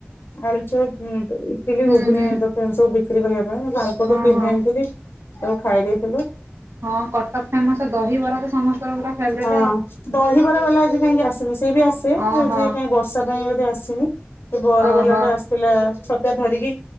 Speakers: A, on the left; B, on the right.
A: ଆଳୁଚପ୍, ଇ ଟିଲି,
B: ହୁଁ
A: ଗୁଗୁନି
B: ହୁଁ
A: ଦୋକାନ ସବୁ ବିକ୍ରି କରିବା ପାଇଁ ମୁ ତାଙ୍କଠୁ
B: ହଁ
A: କିଣି
B: ହଁ
A: ଆଣିଥିଲି ସବୁ ଖାଇ ଦେଇଥିଲୁ।
B: ହଁ କଟକ୍ ଫେମସ୍ ଦହିବରା ତ ସମସ୍ତଙ୍କ ପୁରା ଫେବ୍ରେଟ୍।
A: ହଁ ଦହିବରା ବାଲା ଆଜି କାହିଁକି ଆସି ନି ସେ ବି ଆସେ
B: ଓହୋ
A: ଏଯାଏ ବର୍ଷ ସା ପାଇଁ ବୋଧେ ଆସନି, ସେ ବରାବାଲା
B: ଓହୋ
A: ଟା ଆସିଥିଲା ଛତା ଧରିକି